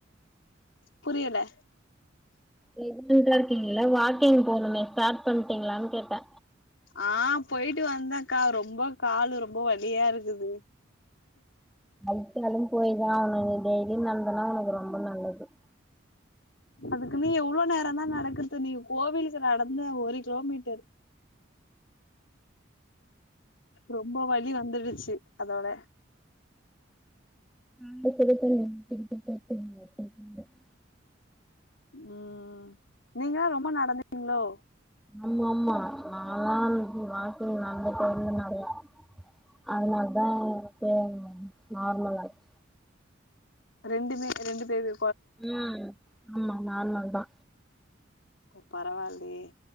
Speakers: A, on the left (about 80°); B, in the centre.
A: புரியுல
B: ப்ரெக்னட்டா இருக்கீங்கேல்ல வாக்கிங் போனுமே ஸ்டார்ட் பண்ட்டீங்களானு கேட்டே
A: ஆ போயிட்டு வந்தக்கா ரொம்ப காலு ரொம்ப வலியா இருக்குது
B: வலித்தாலு போயிதா ஆவனோ நீ டெய்லியு நடந்தனா உனக்கு ரொம்போ நல்லது
A: அதுக்குனு எவ்ளோ நேரோதா நடக்குறது நீ கோவிலுக்கு நடந்த ஒரு கிலோமீட்டரு ரொம்போ வலி வந்துடுச்சி அதோட
B: <unintelligible>
A: உம் நீங்க ரொம்போ நடந்தீங்களோ
B: ஆமா ஆமா நாலா ரொம்போ வாக்கிங் நடந்து போவ நறையா அதுனாலதா எனக்கே நார்மலா ஆச்
A: ரெண்டுமே ரெண்டு பேரு
B: ம் ஆமா நார்மல்தா
A: ஓ பரவால்லயே